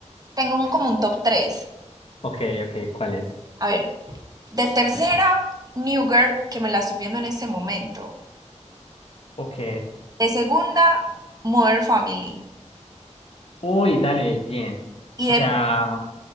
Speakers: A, on the right (about 30°); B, on the left (about 50°).
A: Tengo un, como un top tres
B: Ok, ok, ¿cuál es?
A: A ver, De tercera, New Girl, que me la estoy viendo en este momento.
B: Ok.
A: De segunda, Modern Family.
B: Uy, dale, bien.
A: Y
B: O
A: de
B: sea,